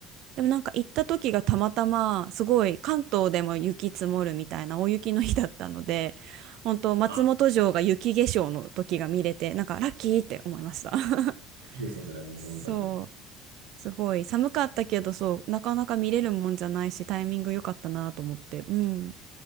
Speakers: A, on the right; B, on the right.
A: でもなんか行った時がたまたま、すごい関東でも雪積もるみたいな大雪の日だったので、本当松本城が雪化粧の時が見れて、
B: あ、
A: なんかラッキーって思いました。
B: いいですね、
A: <laughs>
B: それはもう本当に。
A: そう、すごい寒かったけど、そう、なかなか見れるもんじゃないし、タイミング良かったなと思って、うん。っ